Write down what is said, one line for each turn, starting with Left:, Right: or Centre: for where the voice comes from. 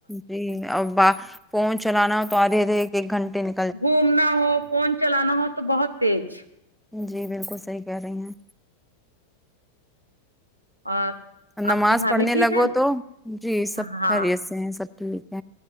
Centre: جی ابا فون چلانا تو آدھے آدھے ایک گھنٹے نے
Right: گھومنا ہو فون چلانا ہو تو بہت تیج
Centre: جی بالکل صحیح کہہ رہی ہیں
Right: اور
Centre: نماز
Right: آپ کی بھابھی
Centre: پڑھنے
Right: ٹھیک
Centre: لگو
Right: ہے
Centre: تو جی سب
Right: ہاں
Centre: کھیریت سے ہیں سب ٹھیک